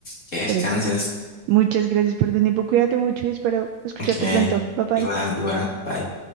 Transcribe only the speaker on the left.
que descanses.
Ok,
igual, igual, bye.